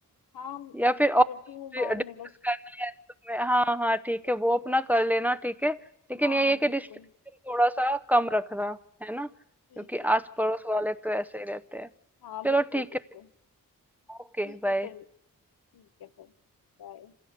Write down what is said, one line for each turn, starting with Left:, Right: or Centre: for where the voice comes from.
Left: हाँ
Centre: या फिर और कुछ
Left: करती हूँ बाद में
Centre: डिस्कस
Left: बस
Centre: करना है तुम्हें हाँ हाँ ठीक है वो अपना कर लेना ठीक है लेकिन
Left: हाँ
Centre: यही
Left: हाँ
Centre: है कि
Left: बिल्कुल
Centre: डिस्ट्रक्शन थोड़ा सा कम रखना है ना क्योंकि
Left: ठीक है
Centre: आस
Left: ठीक
Centre: पड़ोस
Left: है
Centre: वाले तो ऐसे ही रहते हैं
Left: हाँ
Centre: चलो
Left: बिल्कुल
Centre: ठीक
Left: बिल्कुल
Centre: है Okay
Left: ठीक
Centre: bye
Left: है फिर ठीक है फिर बाय